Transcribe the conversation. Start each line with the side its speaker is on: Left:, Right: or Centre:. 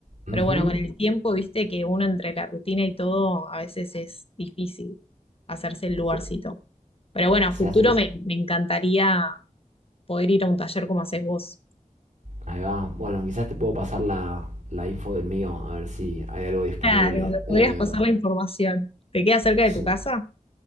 Right: Ujú.
Left: Pero bueno, con el tiempo, viste que uno entre la rutina y todo, a veces es difícil hacerse el lugarcito.
Right: Se,
Left: Pero bueno, a
Right: se
Left: futuro
Right: hace...
Left: me, me encantaría poder ir a un taller como haces vos.
Right: Ahí va. Bueno, quizás te puedo pasar la, la info del mío, a ver si hay algo disponible.
Left: Claro, me podrías
Right: Eh,
Left: pasar la información. ¿Te queda cerca de
Right: sí.
Left: tu casa?